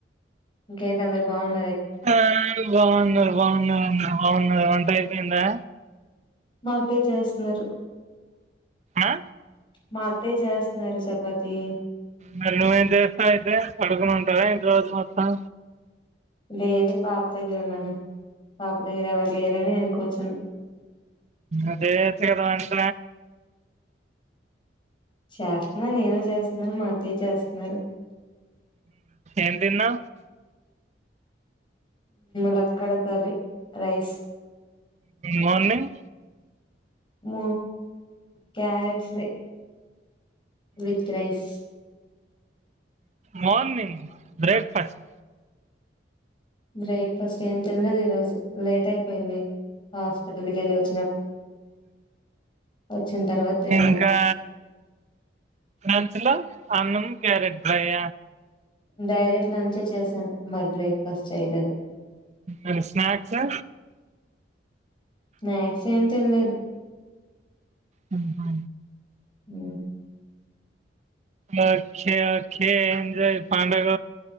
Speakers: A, on the left; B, on the right.
A: గేంటంత అందర బాగుంట
B: ఆ బన బన అవును ఒంట అయిపోందా
A: మాంతే చేస్తున్నారు
B: ఆ
A: మా అత్తే చేస్తున్నారు చపాతి
B: మరి నువ్వేం చేస్తావు అయితే పడుకుని ఉంటారా ఇంటి రోజు మొత్తం
A: లేదు పాప దగ్గర ఉన్నాను పాప దగ్గర ఎవరు లేరుని నేను కూర్చును
B: అదే కదా మంట
A: చేస్తున్నా నేను చేస్తున్నాను మా అత్తయ్య చేస్తున్నారు
B: ఎంతన్నా
A: లక్కడ కర్రీ రైస్
B: మార్నింగ్
A: మ క్యారెట్స్ రే with rice
B: morning breakfast
A: breakfast ఏం తినలేదు ఈ రోజు లేట్ అయిపోయింది హాస్పిటల్ కి వెళ్ళి వచ్చ వచ్చిన తర్వాత తిన్నాను
B: ఇంకా ంచలో అన్నం క్యారెట్ బయ
A: డైరెక్ట్ లంచే చేశాను మరి బ్రేక్ఫాస్ట్ చేయలేదు
B: అ స్నాక్స్ా
A: స్నాక్స్ ఏం తెలిలేదు
B: ఆ
A: హ
B: ఓే ఖే ఎంజాయ్ పండగ